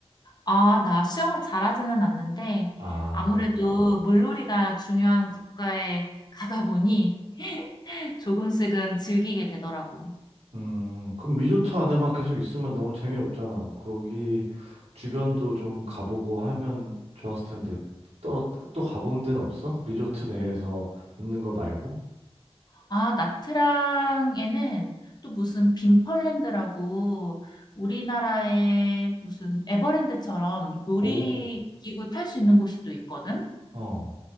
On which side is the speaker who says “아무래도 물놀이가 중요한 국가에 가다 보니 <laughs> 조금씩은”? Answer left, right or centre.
Left